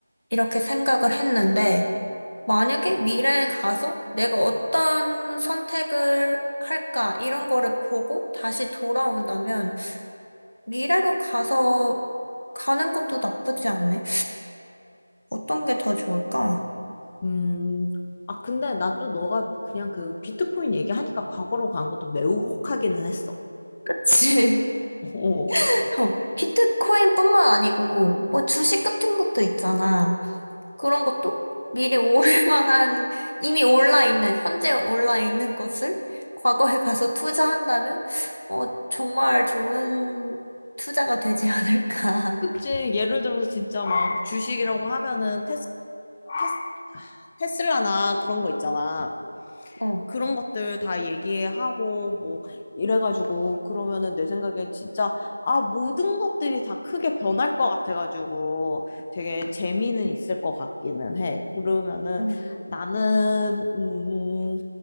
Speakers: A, on the left; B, on the left.
A: 이렇게 생각을 했는데, 만약에 미래에 가서 내가 어떤 선택을 할까, 이런 거를 보고 다시 돌아온다면, 미래로 가서 가는 것도 나쁘지 않네. 어떤 게 더 좋을까?
B: 음. 아, 근데 난 또 너가 그냥 그 비트코인 얘기하니까 과거로 간 것도 매우 혹하기는 했어.
A: 그치.
B: <laughs> 어.
A: <laughs> 어, 비트코인뿐만 아니고 뭐 주식 같은 것도 있잖아. 그런 것도 미리 올 만한 이미 올라 있는 현재 올라 있는 것을 과거에 가서 투자한다면 어 정말 좋은 투자가 되지 않을까.
B: 그치. 예를 들어서 진짜 막 주식이라고 하면은 테스, 테스, 테슬라나 그런 거 있잖아.
A: 어.
B: 그런 것들 다 얘기하고 뭐 이래가지고 그러면은 내 생각에 진짜 아 모든 것들이 다 크게 변할 것 같아가지고 되게 재미는 있을 것 같기는 해. 그러면은
A: 음,
B: 나는 음,